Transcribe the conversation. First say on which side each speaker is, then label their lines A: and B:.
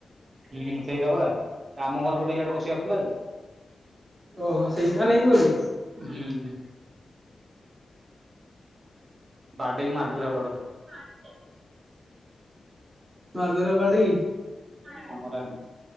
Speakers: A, on the right; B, on the right.
A: ହୁଁ! ସେଇଟା ପରା। ଆମ ଘର ପଟେ ୟାଡେ ପଶିଆସୁଥିଲା ଯେ
B: ଓହୋ ସେଇଟା ନେଇଗଲେ।
A: ହୁଁ ବାଡ଼େଇ ମାର୍ଦେଲେ ହ ଗୋଟେ
B: ମାରଦଲା ବାଡେଇ।
A: ହଁ ପରା